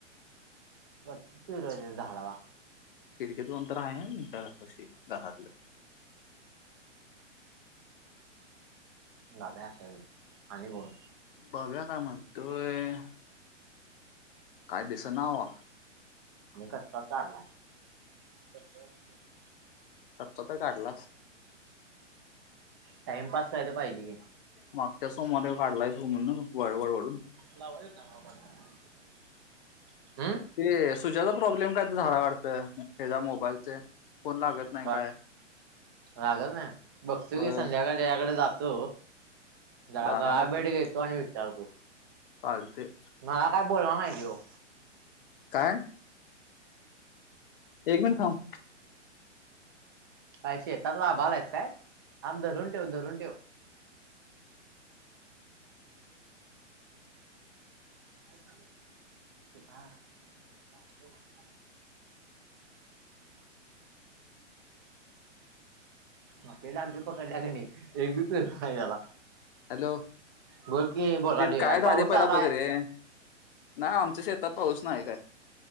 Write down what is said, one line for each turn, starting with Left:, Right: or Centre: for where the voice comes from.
Right: कच्चे पेरू आहे रे झाडाला.
Left: खिडकीतून अंतर आहे मी घरापाशी दारातल.
Right: दादया असल आणि कोण.
Left: बग्या काय म्हणतंय. काय दिसना आवा
Right: मी कच्चाच काढला. <unintelligible>
Left: कच्चा तर काढलास.
Right: टाइमपास काय तर पाहिजे की
Left: मग त्या सोमवारी काढलाय स म्हणून वळवळ वडून.
Right: लावायला नाही येत मला कॉलिंग तिकडंन येतोय, हम्म.
Left: ते सुजाचा प्रॉब्लेम काय तर झाला वाटतं त्याच्या मोबाईलचे फोन लागत नाही
Right: का
Left: काय
Right: लागत नाय, बघतो
Left: होय
Right: की संध्याकाळ त्याच्याकडे जातो गळा
Left: जाणार
Right: गळाभेट
Left: ते
Right: घेतो आणि विचारतो.
Left: चालते.
Right: मला काय बोलला नाही त्यो.
Left: काय? एक मिनिट थांब.
Right: काय शेतात, राबालायस काय? आप धरून ठेव धरून ठेव का. <unintelligible> म दमट पकडल्या का नाही एक बी पेर नाही त्याला.
Left: हॅलो
Right: बोल की बोलालोय
Left: ते काय झाले
Right: पाऊस
Left: पहिला
Right: आलाय.
Left: बघ रे नाही आमच्या शेतात पाऊस नाही काय.